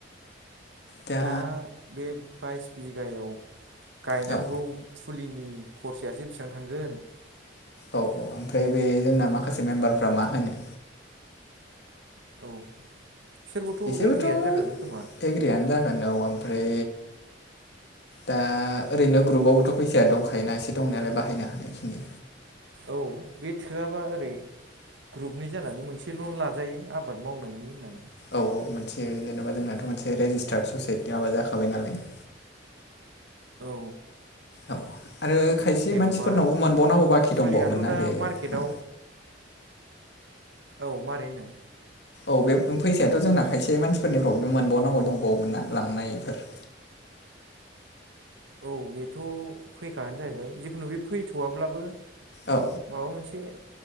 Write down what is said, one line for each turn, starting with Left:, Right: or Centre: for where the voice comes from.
Right: <unintelligible>
Left: दा
Right: फुलिनि खरसायासो
Left: औ
Right: बेसेबां थांगोन?
Left: औ औ ओमफ्राय बे जोंना माखासे मेम्बारफ्रा मा होनो
Right: औ बिसोरबोथ'
Left: बिसोरबोथ'
Right: एग्रियानो जाखागोन खोमा
Left: एग्रियानो जागोन औ ओमफ्राय दा ओरैनो ग्रुपआवबोथ' फैसाया दंखायोना एसे दंनायालाय बाहायनो हानायखिनि
Right: औ बे थोआबा ओरै ग्रुपनि जानानै मोनसे लन लाजायो आबाद मावनायनि होननानै
Left: औ - औ मोनसे जेन'बा जोंनाथ' मोनसे रेजिस्टार्ड ससाइटि माबा जाखाबाय नालाय। <inaudible>
Right: औ
Left: औ आरो खायसे
Right: जेन'बा
Left: मानसिफोरनावबो मोनबावनांगौ बाखि
Right: फुलियाथ'
Left: दंबावोमोन ना?
Right: दा
Left: बे
Right: मार्केटाव औ मारै होनदों
Left: औ बे फैसायाथ' जोंना खायसे मानसिफोरनिफ्राव मोनबावनांगौ दंबावोमोन ना लांनायफोर <inaudible>
Right: औ बेथ' फैखागानो जाहैबाय जिखुनु बे फैथवाब्लाबो
Left: औ
Right: माबा मोनसे